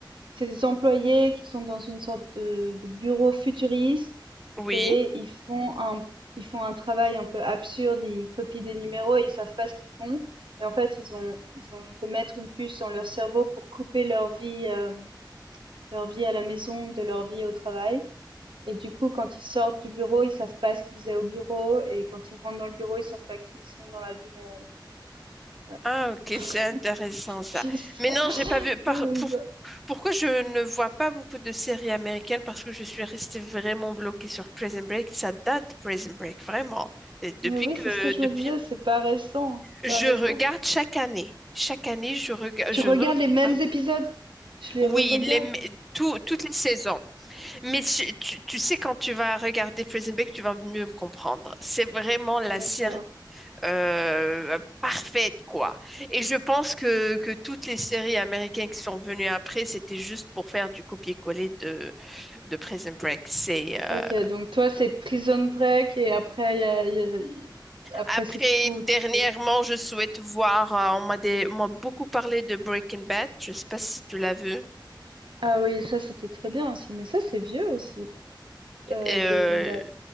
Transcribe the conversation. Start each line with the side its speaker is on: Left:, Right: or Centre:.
Right: C'est des employés qui sont dans une sorte de, de bureau futuriste
Centre: Oui.
Right: et ils font un, ils font un travail un peu absurde, ils copient des numéros et ils savent pas ce qu'ils font. Et en fait, ils ont, ils ont fait mettre une puce dans leur cerveau pour couper leur vie, euh, leur vie à la maison de leur vie au travail. Et du coup, quand ils sortent du bureau, ils savent pas ce qu'ils faisaient au bureau. Et quand ils rentrent dans le bureau, ils savent pas qui ils sont dans la vie réelle. Voilà.
Centre: Ah, ok, c'est intéressant
Right: <laughs>
Centre: ça.
Right: Puis ça,
Centre: Mais non, j'ai pas vu. Par,
Right: ça me-
Centre: pour,
Right: ça-
Centre: pourquoi je ne vois pas beaucoup de séries américaines? Parce que je suis restée vraiment bloquée sur Prison Break. Ça date Prison Break, vraiment. Et depuis
Right: Mais oui,
Centre: que
Right: c'est ce que je
Centre: depuis,
Right: me disais, c'est pas récent, c'est
Centre: je
Right: pas récent.
Centre: regarde chaque année. Chaque année, je regarde,
Right: Tu
Centre: je
Right: regardes
Centre: regarde.
Right: les mêmes épisodes? Tu les
Centre: Oui,
Right: re-regardes?
Centre: les, mais tout- toutes les saisons. Mais tu, tu- tu sais, quand tu vas regarder Prison Break, tu vas mieux me comprendre. C'est vraiment la
Right: D'accord.
Centre: série euh, parfaite, quoi. Et je pense que, que toutes les séries américaines qui sont venues après, c'était juste pour faire du copier-coller de, de Prison Break. C'est, euh,
Right: OK, donc toi, c'est Prison Break et après, il y a, il y a- après
Centre: Après,
Right: c'est flou, tu
Centre: dernièrement,
Right: sais.
Centre: je souhaite voir, euh, on m'a des- on m'a beaucoup parlé de Breaking Bad. Je sais pas si tu l'as vu.
Right: Ah oui, ça, c'était très bien aussi. Mais ça, c'est vieux aussi, euh,
Centre: Euh,
Right: Breaking Bad.